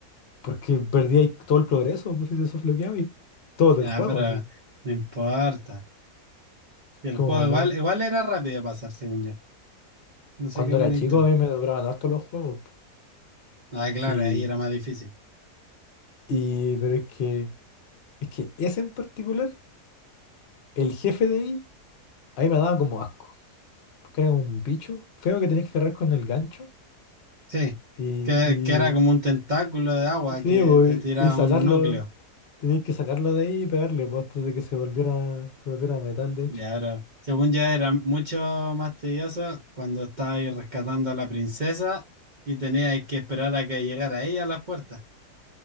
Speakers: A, on the left; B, on the right.
A: porque perdíais todo el progreso, pues si te softloqueabais. Todo del
B: Ya,
A: juego,
B: pero
A: así.
B: no importa. El
A: Como
B: juego
A: que
B: igual,
A: no.
B: igual era rápido de pasar, según yo. No sé
A: Cuando
B: qué opinas
A: era chico
B: tú.
A: a mí me duraban harto los juegos.
B: Ah, claro,
A: Y,
B: ahí era más difícil.
A: y, pero es que, es que ese en particular, el jefe de ahí, ahí me daba como asco. creo, un bicho feo que tenés que agarrar con el gancho
B: Sí,
A: y,
B: que,
A: y
B: que era como un tentáculo de agua
A: sí,
B: que
A: pues,
B: te tiraba
A: y sacarlo,
B: un núcleo.
A: tenés que sacarlo de ahí y pegarle, pues, antes de que se volviera, se volviera metal, de hecho.
B: Ya, pero según ya era mucho más tedioso cuando estabais rescatando a la princesa y teníais que esperar a que llegara ella a las puertas,